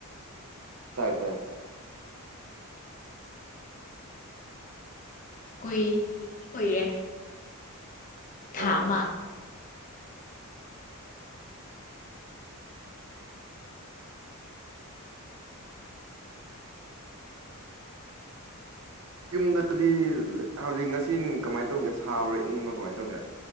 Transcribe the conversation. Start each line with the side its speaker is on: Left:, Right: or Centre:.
Right: ꯇꯥꯏ ꯇꯥꯏ
Left: ꯀꯨꯏꯗꯤ ꯀꯨꯏꯔꯦ ꯊꯥ
Right: ꯑꯣ
Left: ꯑꯃ
Right: ꯌꯨꯝꯗꯗꯤ ꯍꯧꯖꯤꯛ ꯉꯁꯤ ꯀꯃꯥꯏꯅ ꯇꯧꯒꯦ ꯁꯥꯕ꯭ꯔꯥ ꯏꯪꯕ꯭ꯔꯥ ꯀꯃꯥꯏ ꯇꯧꯒꯦ